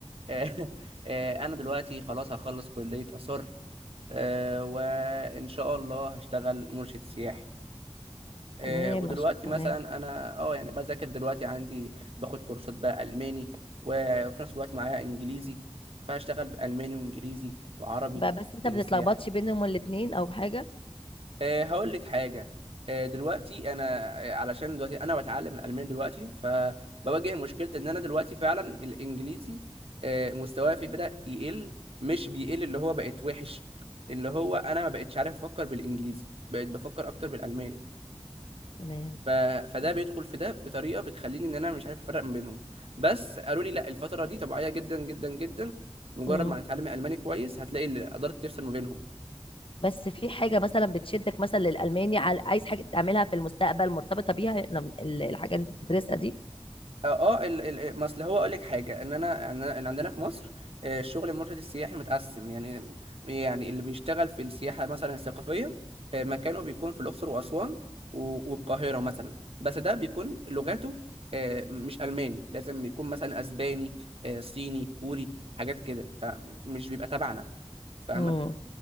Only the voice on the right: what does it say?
آه <laughs> آه انا دلوقتي خلاص هخلص كلية آثار آه وان شاء الله هشتغل مرشد سياحي آه،
ودلوقتي
مثلا انا اه يعني بذاكر دلوقتي عندي باخد كورسات بقى الماني وفي نفس الوقت معايا انجليزي فهشتغل بالماني وانجليزي وعربي
في
السياحه
أه هقول لك حاجه أه دلوقتي انا آه، علشان دلوقتي انا بتعلم الالماني دلوقتي فبواجه مشكله ان انا دلوقتي فعلا الانجليزي أه مستواه في بدا يقل مش بيقل اللي هو بقت وحش اللي هو انا ما بقتش عارف افكر بالانجليزي بقيت بفكر اكتر بالالماني
ف... فده
بيدخل في ده بطريقه بتخليني ان انا مش عارف افرق ما بينهم بس قالوا لي لا الفتره دي طبيعيه جدا جدا جدا مجرد
ما هتتعلمي الماني كويس هتلاقي اللي قدرت تفصل ما بينهم
اه آه، ال ال ما اصل هو اقول لك حاجه ان انا ان أنا- إن عندنا في مصر آه، الشغل المرشد السياحي متقسم يعني يعني اللي بيشتغل في السياحه مثلا الثقافيه آه، مكانه بيكون في الاقصر واسوان و- والقاهره مثلا بس ده بيكون لغاته آه، مش الماني لازم يكون مثلا اسباني آه، صيني كوري حاجات كده فمش بيبقى تبعنا فاهمه